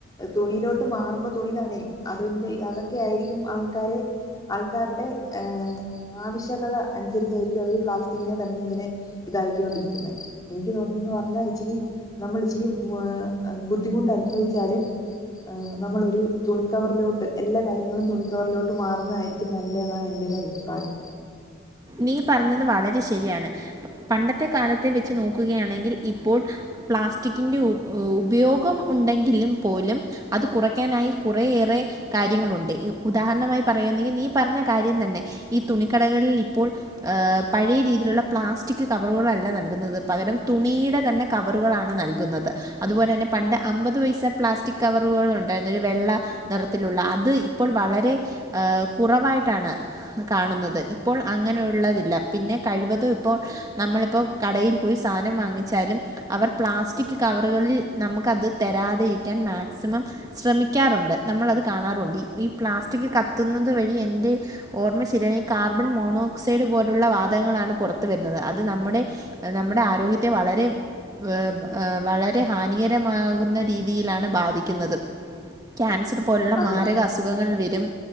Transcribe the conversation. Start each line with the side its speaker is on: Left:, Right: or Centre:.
Left: തുണിയിലോട്ട് മാറുമ്പോ തുണി നനയും അതിന്റെ അതൊക്കെ ആയിരിക്കും ആൾക്കാരെ ആൾക്കാരുടെ ഏ ആവശ്യകത അനുസരിച്ചായിരിക്കും അവര് പ്ലാസ്റ്റിക്കിനെ തന്നെ ഇങ്ങനെ ഇതായിക്കൊണ്ടിരിക്കുന്നേ എനിക്ക് തോന്നിയതെന്ന് പറഞ്ഞാൽ ഇച്ചിരി നമ്മള് ഇച്ചിരി ബുദ്ധിമുട്ട് അനുഭവിച്ചാലും ആഹ് നമ്മളൊരു തുണിക്കവറിലോട്ട് എല്ലാ കാര്യങ്ങളും തുണിക്കവറിലോട്ട് മാറുന്നതായിരി ക്കും നല്ലതെന്നാണ് എൻ്റെ ഒരഭിപ്രായം
Right: നീ പറഞ്ഞത് വളരെ ശരിയാണ് പണ്ടത്തെ കാലത്തെ വെച്ച് നോക്കുകയാണെങ്കിൽ ഇപ്പോൾ പ്ലാസ്റ്റിക്കിൻ്റെ ഉ ഉപയോഗം ഉണ്ടെങ്കിലും പോലും അത് കുറയ്ക്കാനായി കുറേയേറെ കാര്യങ്ങളുണ്ട് ഉദാഹരണമായി പറയാ നീ നീ പറഞ്ഞ കാര്യം തന്നെ ഈ തുണിക്കടകളിൽ ഇ പ്പോൾ പഴയ രീതിയിലുള്ള പ്ലാസ്റ്റിക് കവറുകളല്ല നൽകുന്നത് പകരം തുണിയുടെ തന്നെ കവറുകളാണ് നൽകുന്നത് അതുപോലെ തന്നെ പണ്ട് അമ്പത് പൈസ പ്ലാസ്റ്റിക് കവറുകൾ ഉണ്ടായിരുന്നു ഒരു വെള്ള നിറത്തിലുള്ള അത് ഇപ്പോൾ വളരെ കുറവായിട്ടാണ് കാണുന്നത് ഇപ്പോൾ അങ്ങനെയുള്ളതില്ല പിന്നെ കഴിവതും ഇപ്പോൾ നമ്മളിപ്പോൾ കടയിൽ പോയി സാധനം വാങ്ങിച്ചാലും അവർ പ്ലാസ്റ്റിക്ക് കവറുകളിൽ നമുക്ക് അത് തരാതിരിക്കാൻ മാക്സിമം ശ്രമിക്കാറുണ്ട് നമ്മൾ അത് കാണാറുവുണ്ട് ഈ പ്ലാസ്റ്റിക് കത്തുന്നത് വഴി എന്റെ ഓർമ്മ ശരിയാണെങ്കിൽ കാ കാർബൺ മോണോക്സൈഡ് പോലുള്ള വാതകങ്ങളാണ് പുറത്തു വരുന്നത് അത് നമ്മുടെ നമ്മുടെ ആരോഗ്യത്തെ വളരെ ഏ വളരെ ഹാനികരമാകുന്ന രീതിയിലാണ് ബാധിക്കുന്നത്. ക്യാൻസർ പോലുള്ള
Left: അതെ
Right: മാരക അസുഖങ്ങൾ വരും